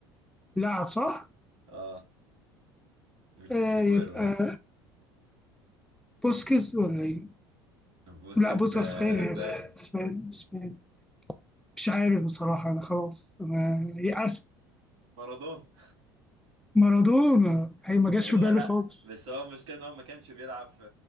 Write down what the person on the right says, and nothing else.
اه بس
مش اجويرو
لا
بوسكيتس
آه،
اسباني
مارادونا
<laughs>
مارادونا
لا
بس هو المشكلة ان هو ما كانش بيلعب في